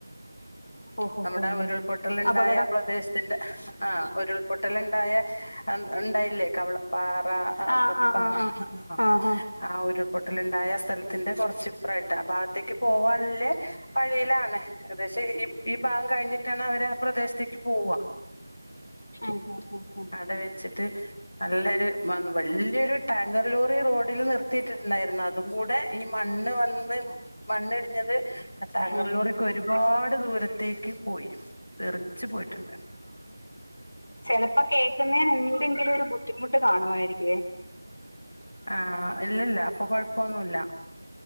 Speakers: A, on the left; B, on the left.
A: ഓഹോ
B: നമ്മുടെ
A: ഹോ
B: ഉരുൾപൊട്ടല ഉണ്ടായ
A: അപകടം
B: പ്രദേശത്തിന്റെ ആഹ ഉരുൾപൊട്ടല ഉണ്ടായ ഉണ്ടായില്ലേ കവളപ്പാറ ആഹ്പ്പ
A: ആഹ് ആഹ്
B: ആഹ
A: ആഹ് ആഹ് ആഹ്
B: ആഹ ഉരുൾപൊട്ടല ഉണ്ടായ സ്ഥലത്തിന്റെ കുറച്ചിപ്പ്രറായിട്ട് ആ ഭാഗത്തേക്ക് പോകാനെ പഴിയിലാണ ഏകദേശം ഈ ഈ ഭാഗം കഴിഞ്ഞിട്ടാണ് അവര് ആ പ്രദേശത്തേക്ക് പോവുക
A: ആഹഹ ആഹ ആഹ
B: അട വെച്ചിട്ട് നല്ലൊരു വലിയൊരു ടാങ്കർ ലോറി റോഡിൽ നിർത്തിയിട്ടിട്ടുണ്ടായിരുന്നു അത് അതും കൂടെ ഈ മണ്ണ് വന്ന് മണ്ണിടിഞ്ഞത് ടാങ്കർ
A: ഉം
B: ലോറി ഒരുപാട് ദൂരത്തേക്ക് പോയി തെറിച്ചു പോയിട്ടുണ്ട്
A: ചെിലപ്പോ കേക്കുന്നതിന് എന്തെങ്കിലും ഒരു ബുദ്ധിമുട്ട് കാണുമായിരികേ
B: ആഹ ഇല്ലല്ല അപ്പൊ കൊഴപ്പൊന്നുല്ല